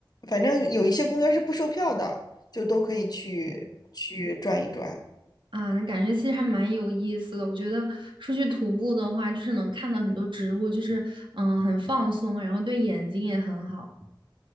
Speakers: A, on the left (about 50°); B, on the right (about 70°).
A: 反正有一些公园儿是不售票的，就都可以去去转一转。
B: 啊，那感觉其实还蛮有意思的。我觉得出去徒步的话，就是能看到很多植物，就是嗯，很放松，然后对眼睛也很好。